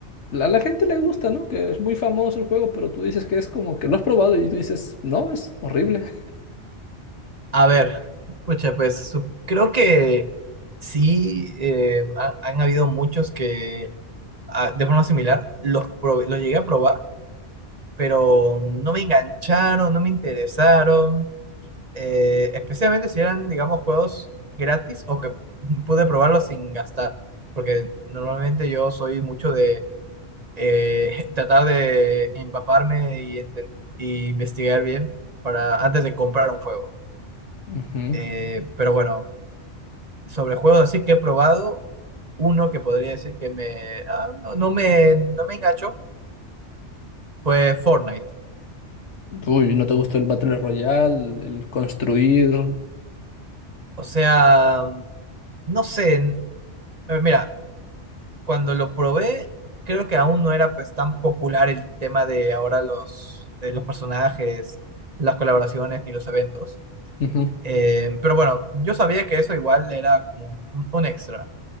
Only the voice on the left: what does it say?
a la gente le gusta, ¿no? Que es muy famoso el juego, pero tú dices que es como que lo has probado y tú dices, no, es horrible.
Ujú.
Uy, ¿no te gustó el Battle Royale, el construir?
Ujú.